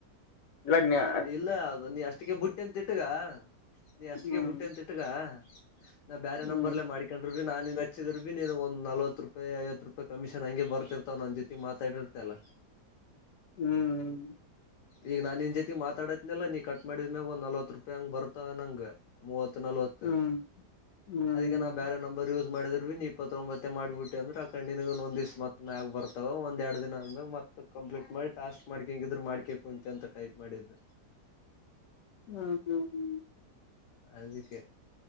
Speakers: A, on the left (about 70°); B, on the left (about 85°).
A: ಇಲ್ಲನ್ಯಾ
B: ಇಲ್ಲ ಅದು ನೀ ಅಷ್ಟಿಗೆ ಬುಟ್ಟಿ ಅಂತಟ್ಟೀಗ ನೀ ಅಷ್ಟಿಗೆ
A: ಹ್ಮ್
B: ಬುಟ್ಟಿ ಅಂತ ಇಟ್ಟಿಗ ನಾ ಬ್ಯಾರೇ
A: ಹ್ಮ್
B: ನಂಬರ್ಲ್ಲೇ ಮಾಡ್ ಕಕೊಂಡ್ರೆ ಬಿ ನಾನ ಹಚ್ಚಿದ್ರರು ಬಿ ನೀ ಒಂದು ನವತ್ತು ರೂಪಾಯಿ ಐವತ್ತು ರೂಪಾಯಿ ಕಮಿಷನ್ ಹಂಗೆ ಬರ್ತಿರ್ತವ್ ನನ್ನ ಜೊತೆ ಮಾತಾಡಿದ್ ತ್ತೇಲ
A: ಹ್ಮ್ ಹ್ಮ್
B: ಈಗ ನಾ ನಿನ್ ಜೊತಿ ಮಾತಾಡತ್ನಲ್ಲಾ ನೀ ಕಟ್ ಮಾಡಿದ್ಮ್ಯಾಗ ಒಂದ ನಲ್ವತ್ ರೂಪಾಯಿ ಹಂಗ್ ಬರ್ತವ ನಂಗ. ಮೂವತ್ತು ನಲ್ವತ್ತು
A: ಹ್ಮ್ ಹ್ಮ್ ಹ್ಮ್
B: ಅದಕ್ಕೆ ನಾವು ಬೇರೆ ನಂಬರ್ ಯೂಸ್ ಮಾಡಿದ್ ಬಿ ನೀ ಇಪ್ಪತ್ತೊಂಬತ್ತೆ ಮಾಡಬಟ್ಟ ಅಂದ್ರೆ ಅಕ ಒಂದ ದಿವ್ ಮತ್ತ ಆಗ್ ಬರ್ತಾವ ಒಂದ್ ಎರಡು ದಿನ ಆದ್ ಕಂಪ್ಲೀಟ್ ಮಾಡಿ ಟಾಸ್ಕ್ ಮಾಡ್ಕ ಹಂಗಿದ್ರರು ಮಾಡ್ಕ ಕುಂತಿ ಅಂತ ಟೈಪ್ ಮಾಡಿದ್
A: ಹ್ಮ್ ಹ್ಮ್ ಹ್ಮ್
B: ಅದಿಕ್ಕೆ